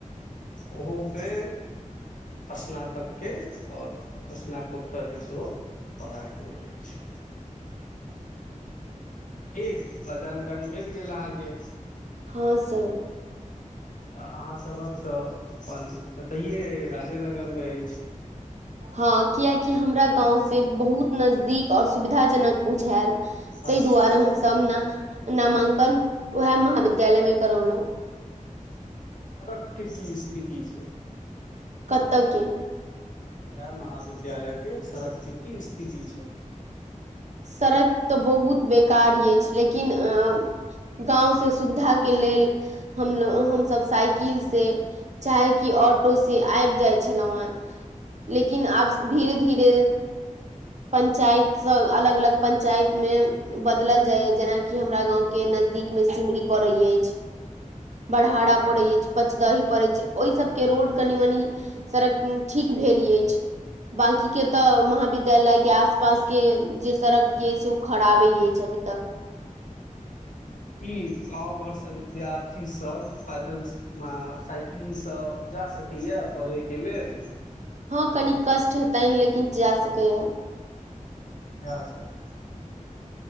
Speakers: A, on the left (about 70°); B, on the right (about 60°).
A: उहो मे स्नातक के और स्नातकोत्तर के सेहो पढ़ाइ होइत अछि
B: <inaudible>
A: ठीक इतना जानकारी भेट गेल अहाँके
B: हँ सर
A: तऽ अहाँसभक तऽ अपन एतहिए राजेनगरमे अछि
B: हँ कियाकि हमरा गाँंव से बहुत नजदीक और सुविधाजनक बुझायल तै
A: अच्छा
B: दुआरे हम सब न नामांकन उहे महाविद्यालय मे करौलौं
A: अच्छा सरक के की स्थिति छै
B: कत्त के
A: उहे महाविद्यालय के सड़क के की स्थिति छै
B: सड़क तऽ बहुत बेकार एछि लेकिन अ गाँव से सुविधाके लेल हमसभ साइकिल से चाहे कि ऑटो स आबि जाइ छलहुँ हेँ लेकिन आब धीरे धीरे पन्चायत सँ अलग अलग पंचायत मे बदलल जाय य जेनाकी हमरा गांव के नजदीक में सिमरी पड़े ये <inaudible> बराहारा पड़ैत अछि पचदही पड़ैत छै ओहि सबके रोड कनि मनी सड़क ठीक भेल अछि बाकी के त महविदायल के आस पास के त जे सड़क जे छै ओ खराबे यछै अभी तक
A: की गाँव घर से विद्यार्थी सब पैदल साइकिल सँ जा सकैया पढ़यइ के लेल
B: हँ कनि कष्ट हेतनि लेकिन जा सकैए
A: जा सकऽइया